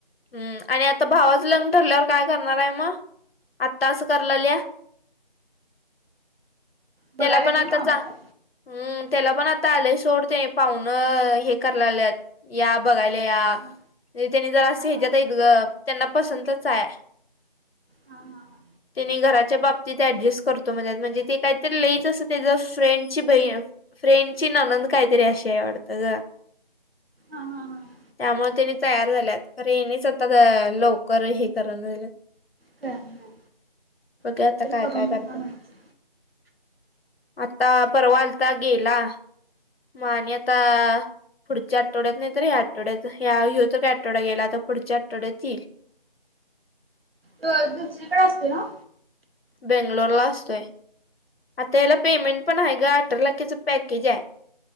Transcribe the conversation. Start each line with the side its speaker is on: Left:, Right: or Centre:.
Left: हम्म आणि आता भावाचं लग्न ठरल्यावर काय करणार आहे मग? आत्ता असं कराय लागलीया
Right: बघायलात
Left: त्याला पण आता
Right: ना मामाचं?
Left: चा हम्म त्याला पण आता आलय सोड ते पाहून हे करय लागल्यात या बघायला या म्हजे
Right: हा
Left: त्यांनी जरा अस
Right: हा
Left: हेज्यात आहेत ग त्यांना पसंतच हाय.
Right: हा हा हा!
Left: त्यानि घराच्या बाबतीत ऍडजस्ट करतो म्हणत्यात म्हणजे ते काहीतरी लईच असं त्याच फ्रेंडची बहीण फ्रेंडची ननंद काहीतरी अशी आहे या वाटतं ग!
Right: हा हा. हा
Left: त्यामुळे त्यांनि तयार झाल्यात. खर हेनीच आता लवकर हे करना झालेत.
Right: कळालं.
Left: बघूया
Right: आलं
Left: ते
Right: तर
Left: आता काय
Right: करून
Left: काय
Right: टाका
Left: करतात.
Right: म्हणायचं.
Left: आता परवा आलाता गेला. म आणि आता पुढच्या आठवड्यात नाही तर या आठवड्यात या, ह्यो तर काय आठवडा गेला. आता पुढच्या आठवड्यात येईल.
Right: दिवशी काय असते न्हव?
Left: बेंगलोर ला असतोय. आता याला पेमेंट पण आहे ग अठरा लाखाचं पॅकेज आहे.